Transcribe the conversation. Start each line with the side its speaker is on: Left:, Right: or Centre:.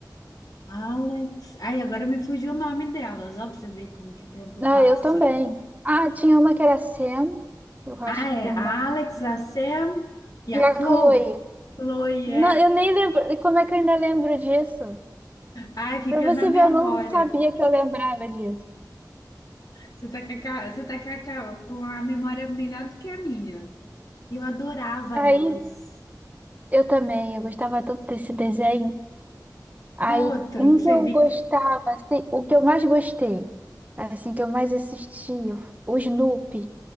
Left: Alex. Ai, agora me fugiu o nome delas, ó, pra você ver como que o tempo
Right: Ah,
Left: passa.
Right: eu também. Ah, tinha uma que era Sam, eu acho
Left: Ah,
Right: que
Left: é, a
Right: uma.
Left: Alex, a Sam e
Right: E
Left: a
Right: a
Left: Chloe.
Right: Chloe.
Left: Chloe,
Right: Não,
Left: é.
Right: eu nem lembro. e Como é que eu ainda lembro disso?
Left: Ai, fica
Right: Pra você
Left: na memória.
Right: ver, eu não sabia que eu lembrava disso.
Left: Você tá com a, ca- você tá com a ca- com a memória melhor do que a minha. E eu adorava elas.
Right: Aí, eu também, eu gostava tanto desse desenho. Aí,
Left: Qual outro
Right: um
Left: que você
Right: que eu
Left: viu?
Right: gostava, assim, o que eu mais gostei, assim, que eu mais assistia, f- o Snoopy.